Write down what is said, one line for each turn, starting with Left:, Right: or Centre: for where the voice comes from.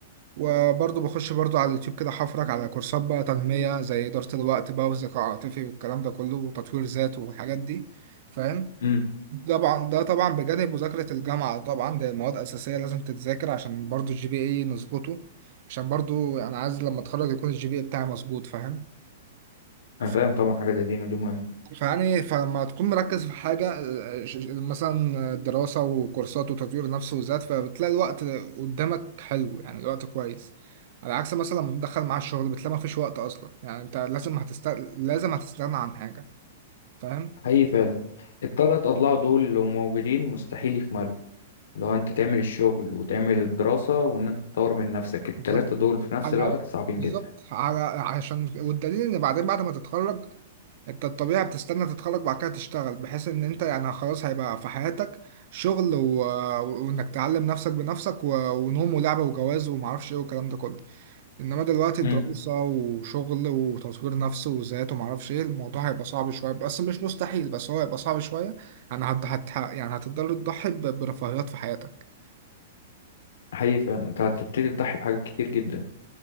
Right: وبرضو بخش برضو على اليوتيوب كده حفرك على كورسات بقى تنميه زي اداره الوقت بقى والذكاء العاطفي والكلام ده كله وتطوير ذات والحاجات دي فاهم
Left: امم.
Right: طبعا ده طبعا بجانب مذاكرة الجامعة طبعا ده مواد أساسية لازم تتذاكر عشان برضو الجي بي اي نظبطه عشان برضو أنا عايز لما أتخرج يكون الجي بي اي بتاعي مظبوط فاهم
Left: انا
Right: ف-
Left: فاهم طبعا حاجه زي دي ودي مهمه
Right: فيعني فلما تكون مركز في حاجة آه، ش- ش- مثلا دراسة وكورسات وتطوير نفس وذات فبتلاقي الوقت قدامك حلو يعني الوقت كويس على عكس مثلا لما تدخل مع الشغل بتلاقي مفيش وقت أصلا يعني أنت لازم هتست لازم هتستغنى عن حاجة فاهم
Left: حقيقي فعلا التلات اضلاع دول لو موجودين مستحيل يكملوا لو انت تعمل الشغل وتعمل الدراسه وان انت تطور من نفسك التلاته
Right: بالظبط
Left: دول في نفس
Right: على
Left: الوقت
Right: الأقل
Left: صعبين
Right: بالظبط
Left: جدا
Right: على عشان والدليل ان بعدين بعد ما تتخرج انت الطبيعي بتستنى تتخرج بعد كده تشتغل بحيث ان انت يعني خلاص هيبقى في حياتك شغل و... وانك تعلم نفسك بنفسك و... ونوم ولعبة وجواز ومعرفش ايه والكلام ده كله انما دلوقتي
Left: امم
Right: دراسة وشغل وتطوير نفس وذات ومعرفش ايه الموضوع هيبقى صعب شوية بس مش مستحيل بس هو هيبقى صعب شوية يعني هت... هت... يعني هتضطر تضحي ب... برفاهيات في حياتك
Left: حقيقي فعلا انت هتبتدي تضحي بحاجات كتير جدا